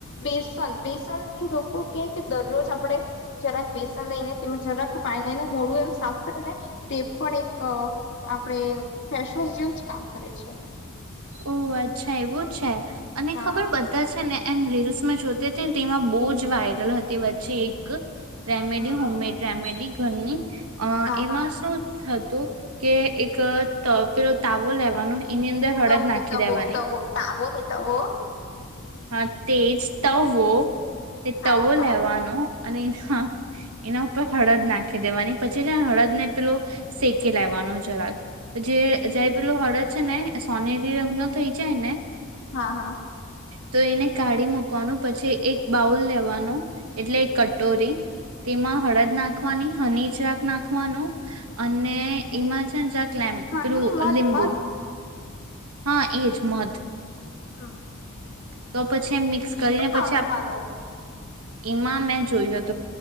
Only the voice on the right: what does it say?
ઓહ અચ્છા એવું છે અને
ખબર બધા છે ને એમ રીલ્સમાં જોતી હતીને તેમાં બહુ જ વાયરલ હતી વચ્ચે એક રેમેડી
હોમમેડ રેમેડી ઘરની અ
એમાં
શું થતુ તો કે એક પેલો તાવલો લેવાનો એની અંદર હળદ
નાખી
દેવાની
હા તેજ તવો તે
તવો
લેવાનો અને એના એના ઉપર હળદ નાખી દેવાની પછી જ હળદ ને પેલો શેકી લેવાનું મા જરાક જે જાય પેલું હળદ છે ને સોનરી રગ્ન થઈ જાય ને
તો એને કાઢી મુકવાનું પછી એક બાઉલ લેવાનું એટલે એક કટોરી તેમાં હળદ નાખવાની હનીજાક નાખવાનું અને એમાં છે ક કૈમ
પેલુ
લીંબુ
હા એજ મધ
તો પછી મિક્સ કરીને
પછી <inaudible> એમાં મેં જોયું હતું.